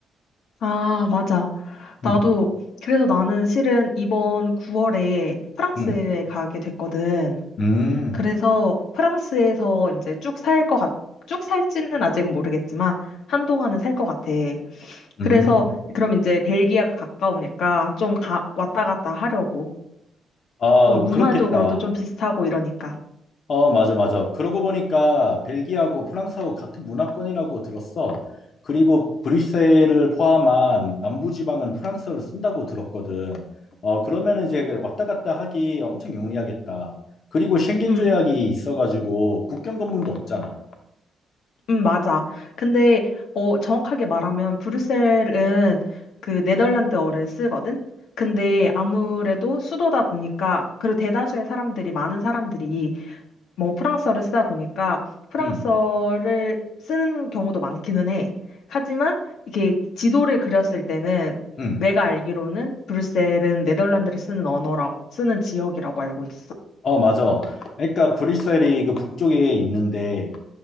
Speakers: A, on the left (about 80°); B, on the left (about 55°).
A: 어. 아, 맞아. 나도,
B: 음,
A: 그래서 나는 실은 이번 9월에 프랑스에
B: 음,
A: 가게 됐거든.
B: 음,
A: 그래서 프랑스에서 이제 쭉 살 것 같, 쭉 살지는 아직은 모르겠지만, 한동안은 살 것 같아.
B: 음.
A: 그래서 그럼 이제 벨기에가 가까우니까 좀 가, 왔다 갔다 하려고.
B: 아,
A: 그리고 문화적으로도
B: 그렇겠다.
A: 좀 비슷하고 이러니까.
B: 어, 맞아, 맞아. 그러고 보니까 벨기에하고 프랑스하고 같은 문화권이라고 들었어. 그리고 브뤼셀을 포함한 남부지방은 프랑스어를 쓴다고 들었거든. 어, 그러면 이제 그 왔다 갔다 하기 엄청 용이하겠다. 그리고 쉥겐
A: 음,
B: 조약이 있어가지고 국경 검문도 없잖아.
A: 음, 맞아. 근데 어, 정확하게 말하면 브뤼셀은 그 네덜란드어를 쓰거든. 근데 아무래도 수도다 보니까 그리고 대다수의 사람들이 많은 사람들이 뭐 프랑스어를 쓰다 보니까 프랑스어를
B: 응,
A: 쓰는 경우도 많기는 해. 하지만 이렇게 지도를 그렸을 때는
B: 응.
A: 내가 알기로는 브뤼셀은 네덜란드를 쓰는 언어라고 쓰는 지역이라고 알고 있어.
B: 어, 맞아. 그러니까 브뤼셀이 그 북쪽에 있는데,